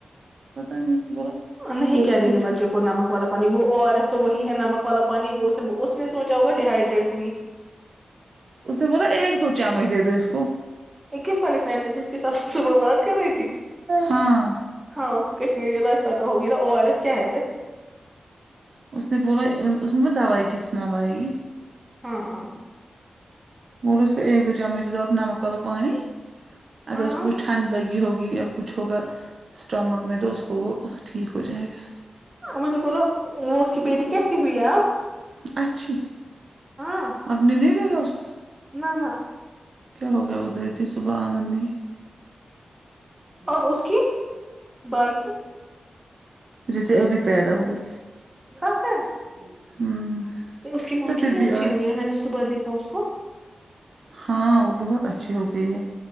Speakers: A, on the right; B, on the right.
A: پتہ نہیں اس کو بولا
B: نہیں
A: اگر اس
B: کہ
A: کو
B: دیں
A: کچھ
B: گے بچوں کو نمک والا پانی وہ او آر ایس تو وہی ہے نمک والا پانی اس نے سوچا ہوگا ڈییہڈریٹ ہو
A: اسے بولا ایک دو چمچ دے دو اس کو
B: اکیس والی فرینڈ نے جس کے ساتھ صبح بات کر رہی تھی
A: ہاں
B: ہاں اس کو کشمیری علاج پتا ہوگی نا او آر ایس کیا ہے پھر
A: اس نے بولا اس میں دوائی کی اسمیل آئے گی
B: ہاں ہاں
A: اور اس ایک دو چمچ درنمک والا پانی اگر
B: ہاں
A: اس کو کچھ ٹھنڈا لگی ہوا ہوگی یا کچھ ہوگا اسٹامک میں تو اس کو وہ ٹھیک ہو جائے گا
B: مجھے بولو وہ اس کی بیٹی کیسی ہوئی ہے ہاں
A: گا اچھی
B: ہاں
A: آپ نے نہیں دیکھا اس کو
B: نہ نہ
A: کیا ہو گیا ادھر تھی صبح آنگن میں ہی
B: اور اس کی بائی تھی
A: جسے ابھی پیدا ہوئی
B: سچ ہے
A: ہمم
B: اس کی ماں
A: تو پھر
B: کتنی
A: بھی
B: اچھی
A: آج
B: ہوئی ہے میں نے صبح دیکھا اس کو
A: ہاں وہ بہت اچھی ہو گئی ہے